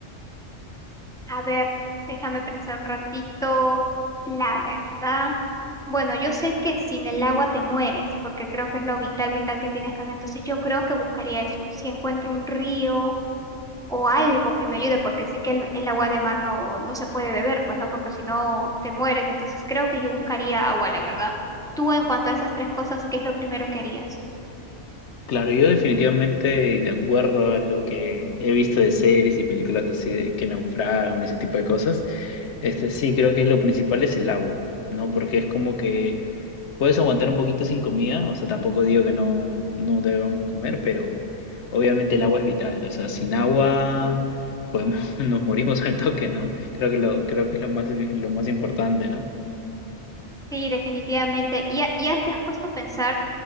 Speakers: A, in the centre; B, on the left.
A: A ver, déjame pensar un ratito. La verdad. Bueno, yo sé que sin el agua te mueres, porque creo que es lo vital, vital que tienes que hacer. Entonces yo creo que buscaría eso. Si encuentro un río o algo que me ayude, porque sé que el, el agua de mar no, no se puede beber, pues no, porque si no te mueres. Entonces creo que yo buscaría agua, la verdad. Tú en cuanto a esas tres cosas, ¿qué es lo primero que harías?
B: Claro, yo definitivamente, de acuerdo a lo que he visto de series y películas así de que naufragan, ese tipo de cosas, este sí creo que es lo principal es el agua, ¿no? Porque es como que puedes aguantar un poquito sin comida, o sea, tampoco digo que no, no debamos comer, pero obviamente el agua es vital, o sea, sin agua podemos, <laughs> nos morimos al toque, ¿no? Creo que lo, creo que es lo más, lo más importante, ¿no?
A: Sí, definitivamente. ¿Y ya, ya te has puesto a pensar